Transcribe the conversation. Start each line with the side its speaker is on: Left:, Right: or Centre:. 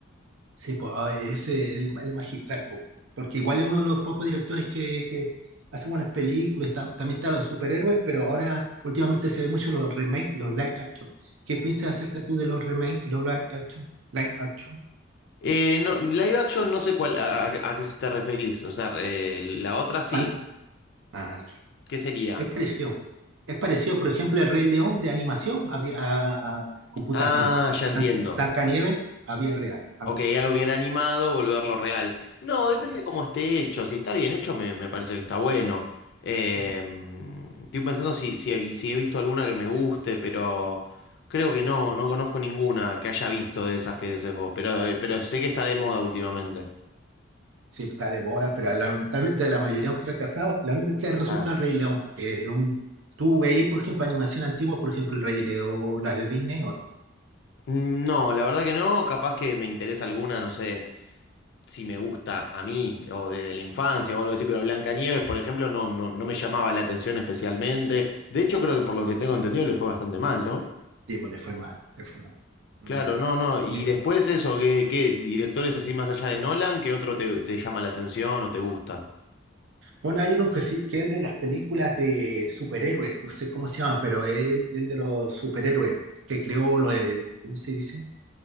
Right: Sí, pues, ah, ese es el, el magistral, po. Porque igual es uno de los pocos directores que, que hace buenas películas. está- también están los superhéroes, pero ahora últimamente se ven mucho los remakes y los live action. ¿Qué piensas acerca tú de los remakes y los live action? Live action.
Left: Eh, no, live action, no sé cuál, a, a- a qué se te referís, o sea, eh, la otra sí,
Right: Pan- ah,
Left: ¿qué sería?
Right: es parecido. Es parecido, por ejemplo, el Rey León de animación a, vi- a- a computación.
Left: Ah, ya entiendo.
Right: Blanca- Blancanieves a vía real, algo
Left: Ok,
Right: así.
Left: algo que era animado, volverlo real. No, depende cómo esté hecho. Si está bien hecho, me, me parece que está bueno. Eh,
Right: Mm.
Left: mm, estoy pensando si, si, si he visto alguna que me guste, pero creo que no, no conozco ninguna que haya visto de esas que dices vos. Pero, eh, pero sé que está de moda últimamente.
Right: Sí, está de moda, pero lamentablemente la mayoría han fracasado. La única que ha resultado
Left: Claro.
Right: el Rey León. Que es un, ¿tú veis, por ejemplo, animación antigua, por ejemplo, el Rey León, las de Disney o no?
Left: Mm, No, la verdad que no, capaz que me interesa alguna, no sé si me gusta a mí o de, de la infancia o algo así, pero Blancanieves, por ejemplo, no, no, no me llamaba la atención especialmente. De hecho, creo que por lo que tengo entendido le fue bastante mal, ¿no?
Right: Sí, pues le fue mal, le fue mal. Ujú.
Left: Claro, Mm. no, no. Y
Right: Eh,
Left: después eso, ¿qué, qué directores así más allá de Nolan, qué otro te, te llama la atención o te gusta?
Right: bueno, hay uno que sí, que es el de las películas de superhéroes, no sé cómo se llama, pero es el, el de los superhéroes, que creó lo del, ¿cómo se dice?